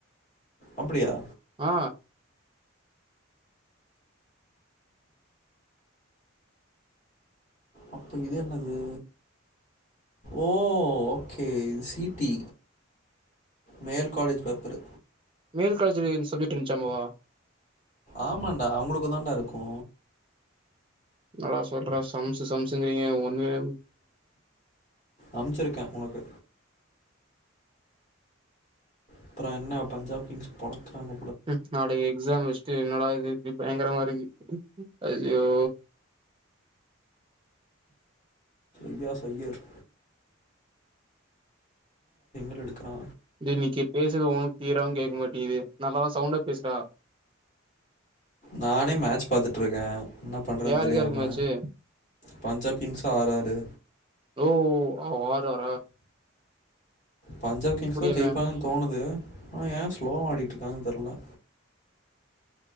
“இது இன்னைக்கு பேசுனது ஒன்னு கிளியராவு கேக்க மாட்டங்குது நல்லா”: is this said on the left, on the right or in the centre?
Right